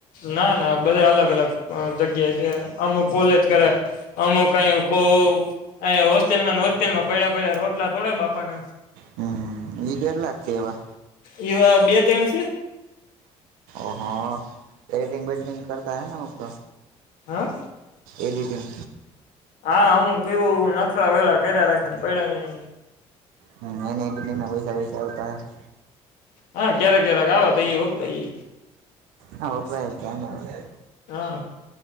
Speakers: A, on the left; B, on the right.
A: ના, ના બધે અલગ-અલગ અહ જગ્યાએ છે. અમુક કોલેજ કરે અમુક અયાં કહું અહિયાં હોસ્ટેલમાં ને હોસ્ટેલમાં પયડાં-પયડાં રોટલા તોડે બાપાના.
B: હમ્મ, ઈ કેટલાક હે એવા?
A: ઈવા બૈ તય્ણ સે.
B: ઓહો. એડિટિંગ બેડિટિંગ કરતા હે ને અમુક તો?
A: હા.
B: એડિટીંગ
A: હા હું કેવું નખરા વેલા કયરા રાખેને પયડા રહે અહિયાં.
B: હમ્મ. એનેય બધાયને પૈસા વૈસા આવતા હે?
A: હા ક્યારેક-ક્યારેક આવે તો ઈ એ વપરાય જાય.
B: હા, વપરાય જ જાય ને હવે.
A: હા